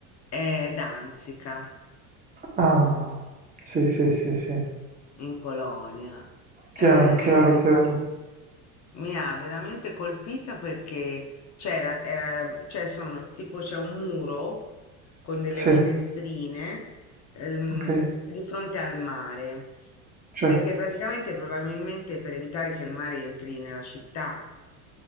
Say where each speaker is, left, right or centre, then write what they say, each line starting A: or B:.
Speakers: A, on the left; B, on the right.
A: è Danzica.
B: Ah, sì, sì, sì, sì.
A: In Polonia. Eh,
B: Chiaro, chiaro, chiaro.
A: mi ha veramente colpita perché c'era, era, cioè sono tipo c'è un muro con delle
B: Sì,
A: finestrine ehm,
B: okay,
A: di fronte al mare,
B: sì.
A: perché praticamente probabilmente per evitare che il mare entri nella città.